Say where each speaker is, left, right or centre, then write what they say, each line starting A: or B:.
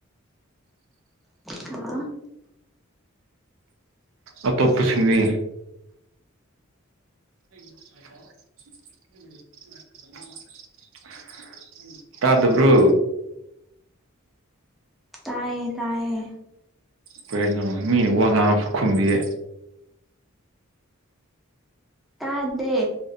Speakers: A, in the centre; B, on the right.
A: ꯍꯥ
B: <inaudible> ꯑꯇꯣꯞꯄꯁꯤꯡꯗꯤ <unintelligible> ꯇꯥꯗꯕ꯭ꯔꯣ
A: ꯇꯥꯏꯌꯦ ꯇꯥꯏꯌꯦ
B: ꯀꯩꯅꯣ ꯃꯤꯅ ꯋꯥ ꯉꯥꯡꯉ ꯐ ꯈꯨꯝꯗꯤꯌꯦ
A: ꯇꯥꯗꯦ